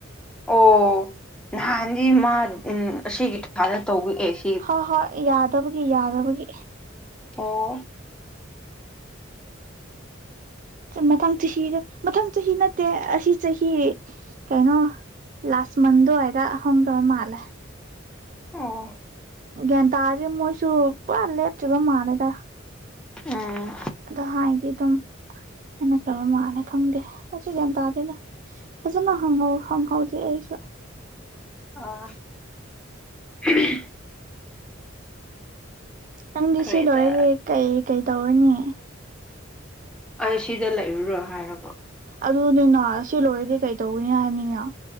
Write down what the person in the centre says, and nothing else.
ꯑꯣ ꯅꯍꯥꯟꯗꯤ ꯃꯥ ꯎ ꯑꯁꯤꯒꯤ ꯊꯥꯗ ꯇꯧꯕꯑꯦꯁ
ꯑꯣ
ꯑꯣ
ꯎꯝ
ꯑ <unintelligible>
ꯈ꯭ꯔꯦꯗ
ꯑꯩ ꯁꯤꯗ ꯂꯩꯔꯨꯔꯣ ꯍꯥꯏꯔꯕ